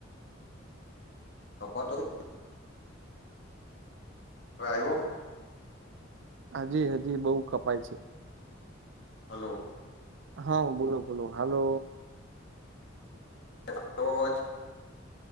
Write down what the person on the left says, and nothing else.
કપા તો <inaudible> આયવો?
હાલો.
આયવો અવાજ?